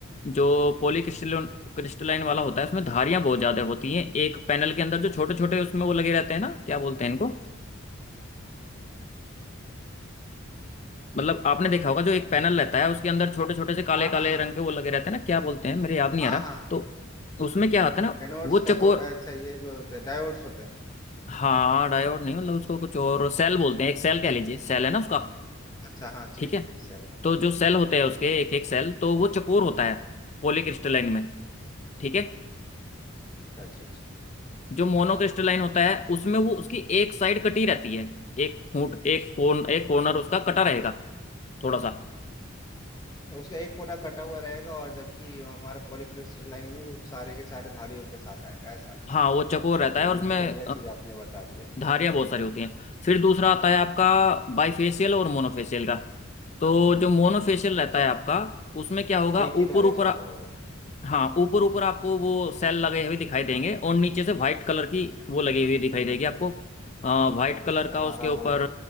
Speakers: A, on the left; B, on the left.
A: जो पॉली क्रिस्टलिन क्रिस्टलाइन वाला होता है उसमें धारियां बहुत ज़्यादा होती हैं एक पैनल के अंदर जो छोटे छोटे उसमें वो लगे रहते हैं ना क्या बोलते हैं इनको मतलब आपने देखा होगा जो एक पैनल रहता है उसके अंदर छोटे छोटे से काले
B: हाँ
A: काले
B: हाँ हाँ
A: रंग के वो लगे रहते हैं ना क्या बोलते हैं मेरे याद नहीं
B: हाँ
A: आ रहा
B: हाँ हाँ
A: तो उसमें क्या होता है ना
B: एनोड्स
A: वो
B: कैथोड
A: चकोर
B: अच्छा ये जो होते हैं डायोड्स होते हैं
A: हाँ डायोड नहीं मतलब उसको कुछ और सेल बोलते हैं एक सेल कह लीजिए सेल है ना उसका
B: अच्छा हाँ ठीक
A: ठीक है
B: ठीक सर
A: तो जो सेल होते हैं उसके एक एक सेल तो वो चकोर होता है पॉलीक्रिस्टलाइन में ठीक है
B: अच्छा अच्छा अच्छा
A: जो मोनोक्रिस्टलाइन होता है उसमें वो उसकी एक साइड कटी रहती है एक फूट एक कोन एक कॉर्नर उसका कटा रहेगा थोड़ा सा
B: अच्छा, उसका एक कोना कटा हुआ रहेगा और जबकि हमारा पॉलीक्रिस्टल लाइन में वो सारे के सारे धारियों के साथ आएगा ऐसा
A: हाँ वो चकोर रहता
B: चलिए
A: है और उसमें
B: ये तो बढ़िया चीज आपने बता दिया
A: धारियाँ बहुत सारी होती हैं फिर दूसरा आता है आपका बाइफेशियल और मोनोफेशियल का तो जो मोनोफेशियल रहता
B: अच्छा
A: है आपका उसमें क्या होगा
B: एक
A: ऊपर
B: ही डायरेक्शन
A: ऊपर
B: का होगा
A: हाँ ऊपर ऊपर आपको वो सेल लगे हुए दिखाई देंगे और नीचे से व्हाइट कलर की
B: अच्छा अच्छा
A: वो लगी हुई दिखाई देगी आपको व्हाइट
B: अब
A: कलर का
B: हमारा
A: उसके ऊपर
B: वो